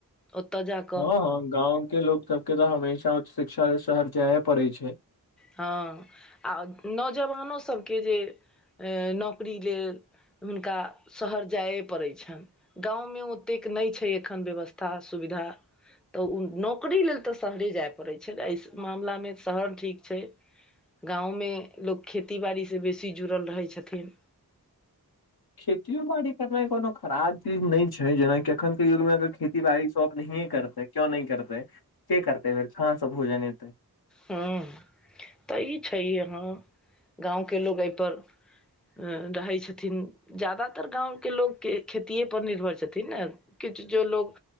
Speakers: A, in the centre; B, on the left.
A: ओतऽ जा कऽ
B: हां हां गाँंव के लोग सबके तऽ हमेशा उच्च शिक्षा शहर जाये पड़े छै!
A: हँ आ नौजवानो सभके जे नौकरी लेल। हुनका शहर जाइए पड़ै छैन। गाँवमे ओतेक नहि छै एखन व्यवस्था सुविधा तऽ ओ नौकरी लेल तऽ शहरे जाय पड़ैत छै एहि मामलामे शहर ठीक गाँवमे लोक खेती बाड़ीसँ बेसी जुड़ल रहै छथिन!
B: खेतियो बाड़ी करनाइ कोनो खराब चीज नहि छै जेनाकि अखनके युगमे अगर खेती बाड़ी सभ नहिए करतै। क्यो नहि करतेै के करतै फेर कहानस भोजन हतै।
A: हँ तऽ ई छै याँ गाँवके लोकोग एहिपर रहेत छथिन जादातर गाँवके लोकके खेतिएपर निर्भर छथिन न। किछु जो लोग